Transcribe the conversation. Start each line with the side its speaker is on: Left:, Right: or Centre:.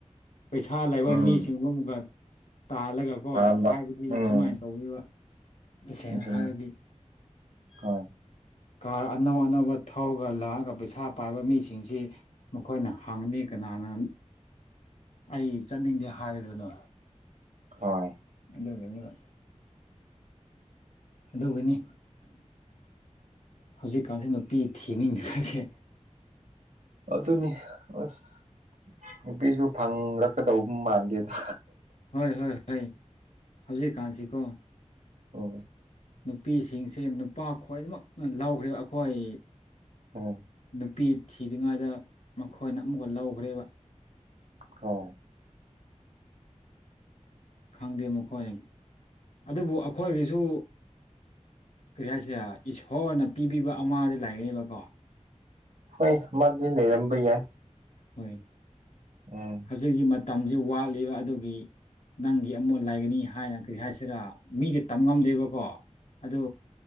Left: ꯄꯩꯁꯥ ꯂꯩꯥꯕ
Right: ꯎꯝ
Left: ꯃꯤꯁꯤꯡꯕꯨ ꯑꯃꯨꯛꯀ ꯇꯥꯜꯂꯒ ꯀꯣ
Right: ꯄꯥꯝꯕ
Left: ꯍꯥꯏꯕꯗꯤ
Right: ꯎꯝ
Left: ꯁꯨꯃꯥꯏꯅ ꯇꯧꯅꯤꯕ ꯇꯥꯁꯦꯡꯅ
Right: ꯅꯨꯡꯊꯤꯟ
Left: ꯍꯥꯏꯔꯗꯤ
Right: ꯍꯣꯏ
Left: ꯀꯥꯔ ꯑꯅꯧ ꯑꯅꯧꯕ ꯊꯧꯔꯒ ꯂꯥꯛꯑꯒ ꯄꯩꯁꯥ ꯄꯥꯏꯕ ꯃꯤꯁꯤꯡꯁꯤ ꯃꯈꯣꯏꯅ ꯍꯪꯅꯤ ꯀꯅꯥ ꯅꯣꯅꯥ ꯑꯩ ꯆꯠꯅꯤꯡꯗꯦ ꯍꯥꯏꯒꯅꯣ
Right: ꯍꯣꯏ
Left: ꯑꯗꯨꯒꯤꯅꯤꯕ ꯑꯗꯨꯒꯤꯅꯤ ꯍꯧꯖꯤꯛꯀꯥꯟꯁꯤ ꯅꯨꯄꯤ ꯊꯤꯅꯤꯡꯗ꯭ꯔꯁꯦ
Right: ꯑꯗꯨꯅꯤ ꯑꯁ ꯅꯨꯄꯤꯁꯨ ꯐꯪꯔꯛꯀꯗꯧꯕ ꯃꯥꯟꯗꯦꯗꯥ
Left: ꯍꯣꯏ ꯍꯣꯏ ꯍꯣꯏ ꯍꯧꯖꯤꯛꯀꯥꯟꯁꯤꯀꯣ
Right: ꯑꯣ
Left: ꯅꯨꯄꯤꯁꯤꯡꯁꯦ ꯅꯨꯄꯥ ꯈꯨꯗꯤꯡꯃꯛꯅ ꯂꯧꯥꯈ꯭ꯔꯦꯕ ꯑꯩꯈꯣꯏ
Right: ꯎꯝ
Left: ꯅꯨꯄꯤ ꯊꯤꯗ꯭ꯔꯤꯉꯩꯗ ꯃꯈꯣꯏꯅ ꯑꯃꯨꯛꯀ ꯂꯧꯈ꯭ꯔꯦꯕ
Right: ꯍꯥꯎ
Left: ꯈꯪꯗꯦ ꯃꯈꯣꯏ ꯑꯗꯨꯕꯨ ꯑꯩꯈꯣꯏꯒꯤꯁꯨ ꯀꯔꯤ ꯍꯥꯏꯁꯦ ꯏꯁꯣꯔꯅ ꯄꯤꯕꯤꯕ ꯑꯃꯗꯤ ꯂꯩꯌꯦꯕꯥꯀꯣ
Right: ꯍꯣꯏ ꯑꯃꯗꯤ ꯂꯩꯔꯝꯕ ꯌꯥꯏ
Left: ꯍꯣꯏ
Right: ꯎꯝ
Left: ꯍꯧꯖꯤꯛꯀꯤ ꯃꯇꯝꯁꯤ ꯋꯥꯠꯂꯤꯕ ꯑꯗꯨꯒꯤ ꯅꯪꯒꯤ ꯑꯃꯨꯛ ꯂꯩꯒꯅꯤ ꯍꯥꯏꯅ ꯀꯔꯤ ꯍꯥꯏꯁꯤꯔ ꯃꯤꯗꯤ ꯇꯝ ꯉꯝꯗꯦꯕꯀꯣ ꯑꯗꯨ